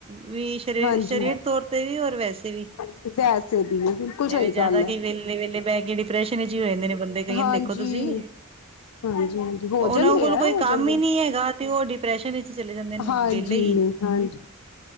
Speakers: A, on the right; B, on the left.
A: ਵੀ ਸ਼ਰੀਰ
B: ਹਾਂਜੀ
A: ਤੌਰ ਤੇ ਵੀ ਔਰ ਵੈਸੇ ਵੀ
B: <unintelligible> ਬਿਲਕੁਲ
A: ਜਿਵੇਂ
B: ਸਹੀ
A: ਜ਼ਿਆਦਾ
B: ਗੱਲ ਹੈ।
A: ਕਿ ਵੇਲੇ ਵੇਲੇ ਬਹਿ ਕੇ ਡਿਪਰੈਸ਼ਨ ਵਿੱਚ ਹੀ ਹੋ ਜਾਂਦੇ ਨੇ ਬੰਦੇ ਕਈ
B: ਹਾਂਜੀ
A: ਦੇਖੋ ਤੁਸੀਂ
B: ਹਾਂਜੀ -ਹਾਂਜੀ ਹੋ
A: ਉਹਨਾਂ
B: ਜਾਂਦੇ
A: ਕੋਲ
B: ਆ,
A: ਕੋਈ
B: ਹੋ
A: ਕੰਮ
B: ਜਾਂਦੇ
A: ਹੀ
B: ਆ,
A: ਨਹੀਂ ਹੈਗਾ ਤੇ ਉਹ ਡਿਪਰੈਸ਼ਨ ਵਿੱਚ ਚਲੇ ਜਾਂਦੇ ਨੇ
B: ਹਾਂਜੀ
A: ਵਿਹਲੇ ਹੀ
B: ਹਾਂਜੀ